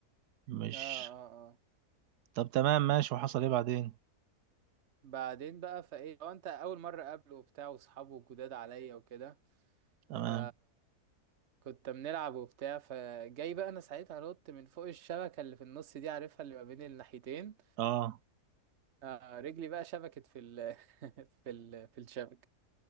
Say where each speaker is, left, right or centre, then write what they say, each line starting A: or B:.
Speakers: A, on the right (about 80°); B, on the right (about 50°).
A: مش
B: اه اه اه
A: طب تمام ماشي وحصل ايه بعدين
B: بعدين بقى فايه هو انت اول مره قابله وبتاع واصحابه جداد عليا وكده
A: تمام
B: ف كنت بنلعب وبتاع فجاي بقى انا ساعتها نط من فوق الشبكه اللي في النص دي عارفها اللي ما بين الناحيتين
A: اه
B: آه رجلي بقى شبكت في ال <laughs> في ال في الشبكة